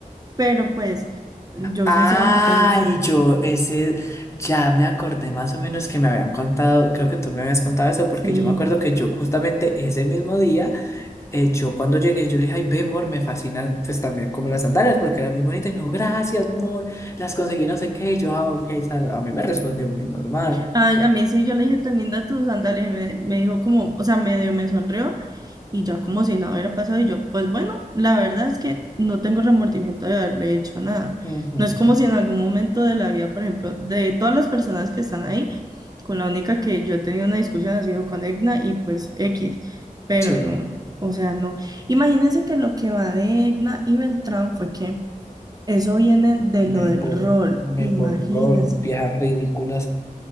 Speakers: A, on the right; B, on the left.
A: Pero pues yo
B: Ay,
A: sinceramente no sé.
B: yo ese ya me acordé más o menos que me habían contado, creo que tú me habías contado eso, porque
A: Sí.
B: yo me acuerdo que yo justamente ese mismo día, eh, yo cuando llegué, yo le dije, ay, ve, amor, me fascinan pues también como las sandalias, porque eran muy bonitas, y me dijo, gracias, amor, las conseguí no sé qué, y yo, ah, ok, sa- a mí me respondió muy normal.
A: A, a mí sí, yo le dije, tan linda tus sandalias. Y me, me dijo como, o sea, medio me sonrió y ya como si nada hubiera pasado y yo, pues bueno, la verdad es que no tengo remordimiento de haberle hecho nada.
B: Ujú,
A: No es como si en algún momento de la vida, por ejemplo, de todas las personas que están ahí, con la única que yo he tenido una discusión ha sido con Egna y pues X, pero
B: Sí.
A: no, o sea, no. Imagínense que lo que va de Egna y Beltrán fue que eso viene de
B: Me,
A: lo del
B: por,
A: rol,
B: me
A: imagínense.
B: borró las viejas ridículas.